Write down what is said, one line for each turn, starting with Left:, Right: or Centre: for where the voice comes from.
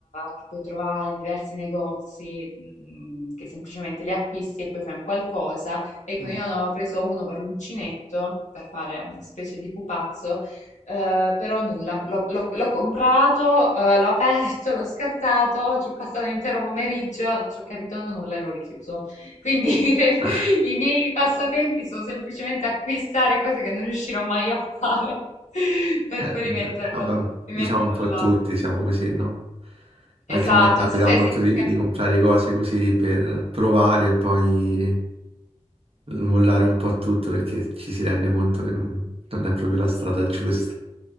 Left: che puoi trovare in diversi negozi, mm, che semplicemente li acquisti e poi fai un qualcosa. Ecco,
Right: Mm.
Left: io ne avevo preso uno per l'uncinetto, per fare una specie di pupazzo, eh, però nulla, l'ho l'ho- l'ho comprato, eh, l'ho aperto, l'ho scartato, ci ho passato l'intero pomeriggio, non ci ho capito nulla e l'ho richiuso. Quindi
Right: <laughs>
Left: <laughs> i miei passatempi sono semplicemente acquistare cose che non riuscirò mai a fare <laughs> per
Right: Ah,
Left: poi
Right: Bene,
Left: rimetterlo,
Right: bene. Vabbè,
Left: rimetterlo
Right: diciamo un po'
Left: là.
Right: tutti, siamo così, no? Anche
Left: Esatto,
Right: a me capita
Left: non so se
Right: molto
Left: si...
Right: di,
Left: è cap-
Right: di comprare cose così per provare e poi mollare un po' tutto perché ci si rende conto che non, non è proprio la strada giusta.